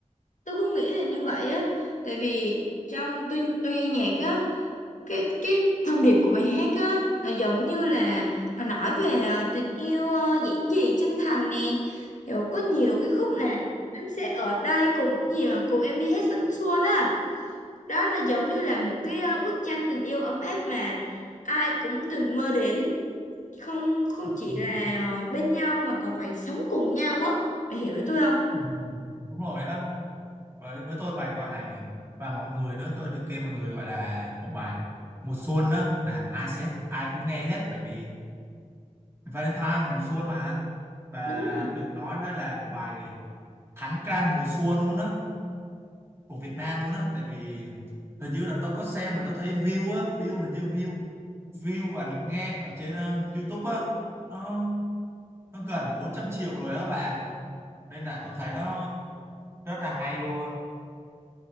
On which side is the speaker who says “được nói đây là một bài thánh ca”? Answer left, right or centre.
Right